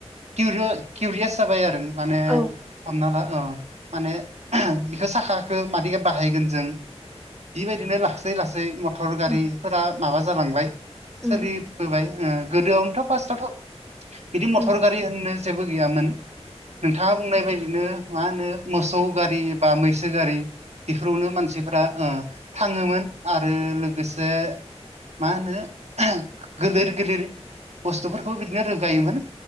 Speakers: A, on the right; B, in the centre.
A: किउरियास जाबाय आरो माने
B: औ
A: हमना ला माने बिखौ साखाखौ मादि बाहायगोन जों बेबायदिनो लासै लासै मथर गारिफोरा
B: उम
A: माबा जालांबाय
B: उम
A: सोलि
B: उम
A: बोबाय गोदोआवनोथ' फार्स्टआवथ' बिदि मटर
B: उम उम
A: गारि होननो जेबो गैयामोन नोंथाङा बुंनाय बायदिनो मा होनो मोसौ गारि बा मैसो गारि बेफोरावनो मानसि फोरा थाङोमोन आरो लोगोसे मा होनो गोदोर गिदिर बुस्थुफोरखौ बिदिनो रोगायोमोन